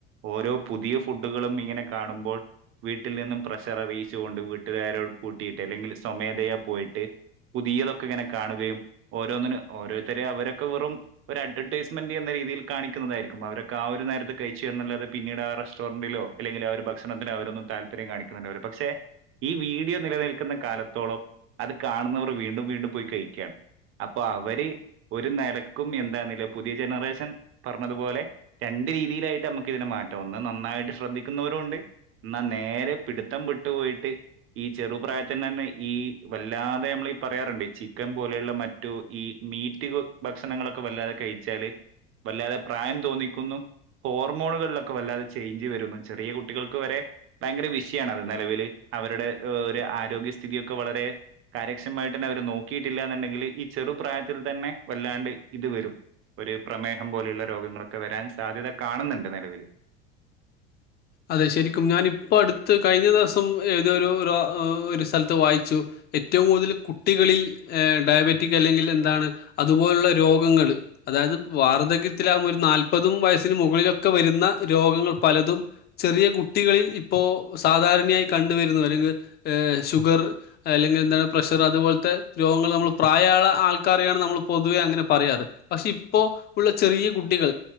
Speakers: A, on the right; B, on the left.
A: ഓരോ പുതിയ ഫുഡുകളും ഇങ്ങനെ കാണുമ്പോൾ വീട്ടിൽ നിന്നും പ്രഷർ അറിയിച്ച് കൊണ്ട് വീട്ടുകാരോട് കൂട്ടിയിട്ട് അല്ലെങ്കിൽ സ്വമേധയാ പോയിട്ട് പുതിയതൊക്കെ ഇങ്ങനെ കാണുകയും ഓരോന്നിന് ഓരോരുത്തരും അവരൊക്കെ വെറും ഒരു അഡ്വെർടൈസ്മെന്റ് എന്ന രീതിയിൽ കാണിക്കുന്നതായിരിക്കും അവരൊക്കെ ആ ഒരു നേരത്ത് കഴിച്ചു എന്നുള്ളത് പിന്നീട് ആ റെസ്റ്റോറന്റിലോ അല്ലെങ്കിൽ ആ ഒരു ഭക്ഷണത്തിനോ അവരൊന്നും താല്പര്യം കാണിക്കുന്നണ്ടാവ്ല പക്ഷെ ഈ വീഡിയോ നിലനിൽക്കുന്ന കാലത്തോളം അത് കാണുന്നവർ വീണ്ടും വീണ്ടും പോയി കഴിക്കുകയാണ് അപ്പൊ അവര് ഒരു നിലക്കും എന്താെന്നില പുതിയ ജനറേഷൻ പറഞ്ഞതുപോലെ രണ്ട് രീതിയിലായിട്ട് നമുക്ക് ഇതിനെ മാ ഒന്ന് നന്നായിട്ട് ശ്രദ്ധിക്കുന്നവരും ഉണ്ട് എന്നാൽ നേരെ പിടുത്തം വിട്ടു പോയിട്ട് ഈ ചെറുപ്രായത്തിന് തന്നെ ഈ വല്ലാതെ നമ്മളീ പറയാറുണ്ട് ചിക്കൻ പോലെയുള്ള മറ്റു ഈ മീറ്റ് ഭക്ഷണങ്ങളൊക്കെ വല്ലാതെ കഴിച്ചാല് വല്ലാതെ പ്രായം തോന്നിക്കുന്നു ഹോർമോണുകളിലൊ ക്കെ വല്ലാതെ ചേഞ്ച് വരുന്നു ചെറിയ കുട്ടികൾക്ക് വരെ ഭയങ്കര വിഷയാണത് നിലവിൽ അവരുടെ ഒരു ആരോഗ്യസ്ഥിഥിതിയൊക്കെ വളരെ കാര്യക്ഷമായിട്ട് തന്നെ അവർ നോക്കിയിട്ടില്ല എന്നുണ്ടെങ്കിൽ ഈ ചെറുപ്രായത്തിൽ തന്നെ വല്ലാണ്ട് ഇത് വരും ഒരു പ്രമേഹം പോലെയുള്ള രോഗങ്ങളൊക്കെ വരാൻ സാധ്യത കാണുന്നുണ്ട് നിലവിൽ
B: അതെ ശരിക്കും ഞാനിപ്പോ അടുത്ത് കഴിഞ്ഞ ദിവസം ഏതോരു ഒരു സ്ഥലത്ത് വായിച്ചു ഏറ്റവും കൂടുതൽ കുട്ടികളിൽ ഏ ഡയബറ്റിക് അല്ലെങ്കിൽ എന്താണ് അതുപോലുള്ള രോഗങ്ങൾ അതായത് വാർധക്യത്തിലാ ഒരു നാല്പതും വയസ്സിന് മുകളിലൊക്കെ വരുന്ന രോഗങ്ങൾ പലതും ചെറിയ കുട്ടികളിൽ ഇപ്പോ സാധാരണയായി കണ്ടുവരുന്നു അല്ലെങ്കിൽ ഷുഗർ അല്ലെങ്കിൽ എന്താണ് പ്രഷർ അതുപോലത്തെ രോഗങ്ങൾ നമ്മൾ പ്രായ ആൾക്കാരെയാണ് നമ്മൾ പൊതുവേ അങ്ങനെ പറയാറ് പക്ഷെ ഇപ്പോൾ ഉള്ള ചെറിയ കുട്ടികൾ